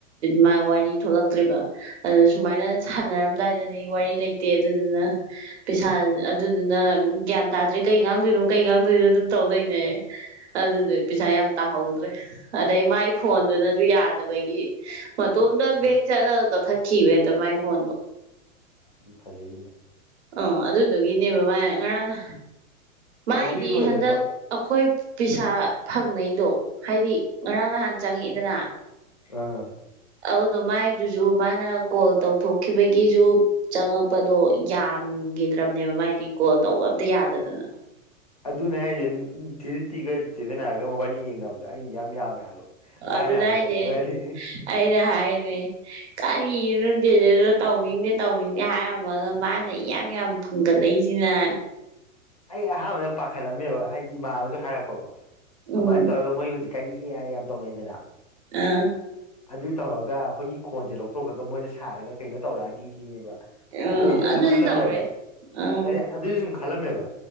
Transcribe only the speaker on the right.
ꯃꯥ ꯋꯥꯔꯤ ꯊꯣꯛꯂꯛꯇ꯭ꯔꯦꯔꯤꯕ ꯑꯗꯨ ꯁꯨꯃꯥꯏꯅ ꯁꯥꯟꯅꯔꯝꯗꯥꯏꯗꯗꯤ ꯑꯗꯩ ꯋꯥꯔꯤ ꯂꯩꯇꯦ ꯑꯗꯨꯗꯨꯅ ꯄꯩꯁꯥ ꯑꯗꯨꯗꯨꯅ ꯒ꯭ꯌꯥꯟ ꯇꯥꯗ꯭ꯔꯦ ꯀꯩ ꯉꯥꯡꯗꯣꯏꯅꯣ ꯀꯩ ꯉꯥꯡꯗꯣꯏꯅꯣ ꯑꯗꯨꯝ ꯇꯧ ꯂꯩꯅꯩ ꯑꯗꯨꯗꯒ ꯄꯩꯁꯥ ꯌꯥꯝ ꯇꯥꯍꯧꯗ꯭ꯔꯦ ꯑꯗꯩ ꯃꯥꯏ ꯐꯣꯟꯗꯨꯅꯖꯨ ꯌꯥꯗꯕꯒꯤ ꯃꯇꯣꯝꯇ ꯕꯦꯛ
ꯆꯠꯂꯒꯒ ꯀꯛꯊꯠꯈꯤꯕ ꯍꯦꯛꯇ ꯃꯥꯏ ꯐꯣꯟꯗꯣ
ꯑꯣ ꯑꯗꯨꯗꯨꯒꯤꯅꯦꯕ ꯃꯥꯏ ꯉꯔꯥꯡꯅ ꯃꯥꯏꯗꯤ
ꯍꯟꯗꯛ ꯑꯩꯈꯣꯏ ꯄꯩꯁꯥ ꯐꯪꯅꯩꯗꯣ ꯍꯥꯏꯗꯤ ꯉꯔꯥꯡ ꯅꯍꯥꯟ ꯆꯪꯉꯛꯏꯗꯅ
ꯑꯗꯨꯗꯣ ꯃꯥꯏꯗꯨꯖꯨ ꯃꯥꯅ ꯀꯣꯜ ꯇꯧꯊꯣꯛꯈꯤꯕꯒꯤꯖꯨ ꯆꯪꯉꯛꯄꯗꯣ ꯌꯥꯝꯒꯤꯗ꯭ꯔꯕꯅꯦꯕ ꯃꯥꯏꯗꯤ ꯀꯣꯜ ꯇꯧꯕ ꯑꯝꯇ ꯌꯥꯗꯗꯅ
ꯑꯗꯨꯅꯦ
ꯍꯥꯏꯔꯤꯖꯦ
ꯑꯩꯅ ꯍꯥꯏꯅꯦ ꯀꯔꯤꯅꯣ ꯗꯦꯅꯤꯟꯅ ꯇꯧꯅꯤꯡꯗꯦ ꯇꯧꯅꯤꯡꯗꯦ ꯍꯥꯏꯔꯝꯃꯒ ꯃꯥꯅ ꯏꯌꯥꯝ ꯌꯥꯝ ꯐꯪꯒꯠꯂꯛꯏꯖꯤꯅ
ꯎꯝ
ꯑ
ꯎꯝ
ꯑꯗꯨꯗꯤ
ꯇꯧꯔꯦ ꯑꯥ